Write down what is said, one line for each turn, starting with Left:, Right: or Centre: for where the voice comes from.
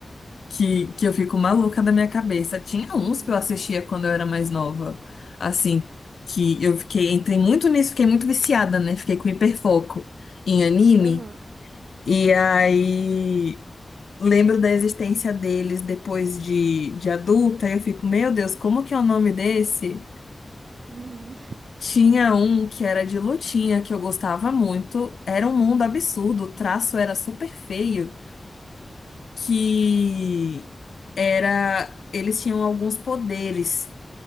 Left: Que, que eu fico maluca da minha cabeça. Tinha uns
Right: Uhum,
Left: que eu assistia quando eu era mais nova. Assim, que eu fiquei, entrei muito nisso, fiquei muito viciada, né? Fiquei com hiperfoco em anime.
Right: aham,
Left: E aí lembro da existência deles depois de, de adulta. e Eu fico, meu Deus, como que é o nome desse?
Right: uhum,
Left: Tinha um que era de lutinha que eu gostava muito. Era um mundo absurdo, o traço era super feio, que era eles tinham alguns poderes.